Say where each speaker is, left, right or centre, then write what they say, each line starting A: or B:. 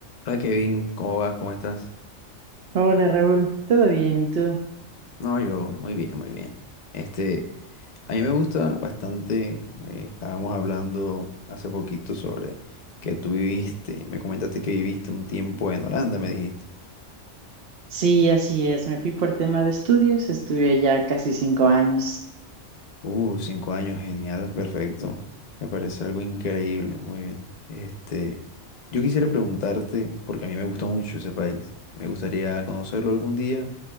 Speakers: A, on the left (about 45°); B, on the right (about 55°).
A: Hola Kevin, ¿cómo vas? ¿Cómo estás?
B: Hola Raúl, ¿todo bien? ¿Y tú?
A: No, yo muy bien, muy bien. Este, a mí me gusta bastante, eh, estábamos hablando hace poquito sobre que tú viviste, me comentaste que viviste un tiempo en Holanda, me dijiste.
B: Sí, así es. Me fui por tema de estudios, estuve allá casi cinco años.
A: Uh, cinco años, genial, perfecto. Me parece algo increíble, muy bien. Este, yo quisiera preguntarte, porque a mí me gusta mucho ese país, me gustaría conocerlo algún día,